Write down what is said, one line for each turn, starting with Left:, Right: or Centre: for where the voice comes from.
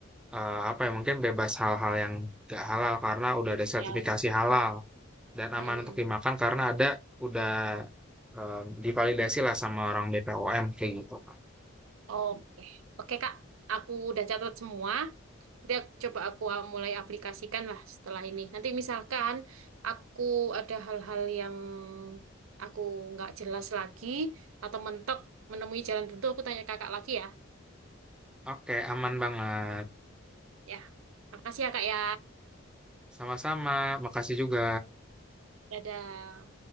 Centre: eee, apa ya, mungkin bebas hal-hal yang gak halal karena udah ada
Right: Ya.
Centre: sertifikasi halal dan
Right: Hmm.
Centre: aman
Right: hmm.
Centre: untuk dimakan karena ada udah, eh, divalidasi lah sama orang BPOM," kayak gitu, pak.
Right: Oke, Oke Kak, aku udah catat semua. Nanti aku- coba aku mulai aplikasikan lah setelah ini. Nanti misalkan aku ada hal-hal yang aku nggak jelas lagi atau mentok menemui jalan tentu, aku tanya kakak lagi ya.
Centre: Oke, aman banget.
Right: Ya, makasih ya Kak ya.
Centre: Sama-sama, makasih juga.
Right: Dadah.